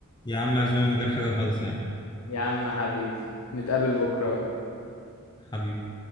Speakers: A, on the left; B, on the left.
A: يا عم معزومة من غير حاجة خالص يا عم
B: يا عم حبيبي نتقابل بكره بقى
A: حبيبي